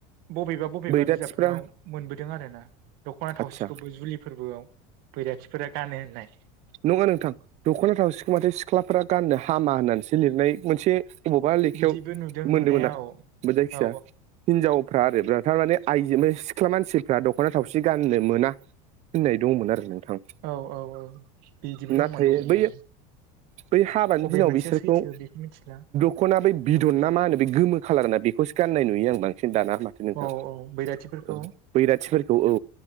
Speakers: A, on the right; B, on the right.
A: बबेबा बबेबा
B: बैराथिफ्रा
A: बिजाबफोराव मोनबोदों आरो ना दख'ना थावसिखौबो
B: आदसा
A: जुलि फोरबोआव बैराथिफोरा गानो होननाय
B: नङा नोंथां दख'ना थावसिखौ माथो सिख्लाफोरा गाननो हामा होननानैसो लिरनाय मोनसे बबावबा लेखायाव
A: बिदिबो नुदों
B: मोन्दोंमोन
A: नुनाया
B: आं
A: औ
B: जायखिया
A: औ
B: हिनजावफ्रा आरो थारमाने आइजो सिख्ला मानसिफ्रा दख'ना थावसि गाननो मोना होननाय दंमोन आरो नोंथां
A: औ औ औ बिदिबो
B: नाथाय
A: दंमोन दंनाया
B: बै बै हाबानि
A: बबे
B: दिनाव
A: मोनसेया
B: बिसोरखौ
A: सैथो बेखौ मिथिला
B: दखना बै बिदन ना मा होनो बे गोमो खालारना बेखौस गाननाय नुयो आं बांसिन दाना मा नोंथां
A: औ औ बैराथिफोरखौ
B: औ बैराथिफोरखौ औ